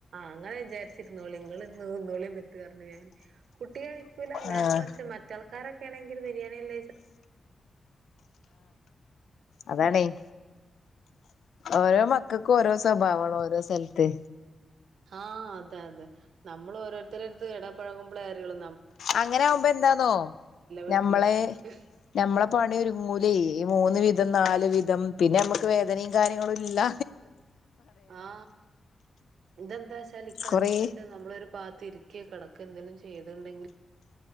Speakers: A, on the right; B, on the left.
A: അങ്ങനെ വിചാരിച്ചിരുന്നോളീ ഇങ്ങൾ രിയാണി ന്നിട്ട് പറഞ്ഞു ഞാൻ നേരെ
B: ആഹ്
A: മർച്ച് മറ്റ ആൾക്കാരൊക്കൊണെങ്കിൽ ബിരിയാണി അല്ലേ
B: അതാടെയ് ഓരോ മക്കക്ക് ഓരോ സ്വഭാവാണ് ഓരോ സലത്ത്
A: ആഹ് അതാതെ നമ്മൾ ഓരോരുത്തരുടെ അട്ത്ത് ഇടപഴകുമ്പോഴേ അറിയൂള്ളു
B: അങ്ങനെ ആകുമ്പ എന്താന്നോ
A: വീട്ടിലും
B: ഞമ്മളെ ഞമ്മളെ പണി ഒരുങ്ങൂല ഈ മൂന്ന് വിധം നാല് വിധം പിന്നെ നമ്മക്ക് വേദനയും കാര്യങ്ങളുല്ല്യ
A: ആ ഇതെന്താന്നാച്ചാൽ ഇക്ക
B: കൊറേ
A: അഞ്ച മിനിറ്റ് നമ്മളൊരു പാത്തിരിക്ക ക്യ കിടക്ക് എന്തെലും ചെയ്തുണ്ടെങ്കിൽ